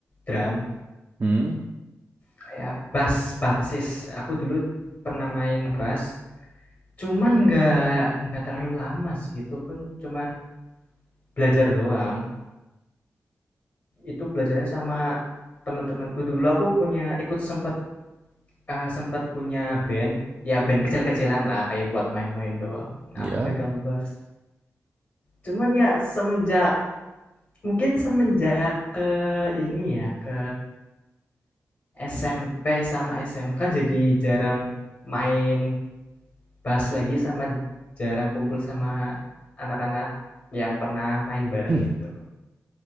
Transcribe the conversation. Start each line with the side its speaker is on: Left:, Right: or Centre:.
Left: drum,
Right: Hmm,
Left: kayak bass, bassis. Aku dulu pernah main bass, cuman nggak nggak terlalu lama sih, itu pun cuman belajar doang. itu belajarnya sama teman-temanku dulu aku punya ikut sempat eh, sempat punya band ya band kecil-kecilan lah kayak buat main-main doang nah
Right: ya.
Left: aku megang bass cuman ya semenjak mungkin semenjak ke ini ya ke SMP sama SMK jadi jarang main bass lagi sama jarang kumpul sama anak-anak yang pernah main bareng
Right: <clears throat>
Left: gitu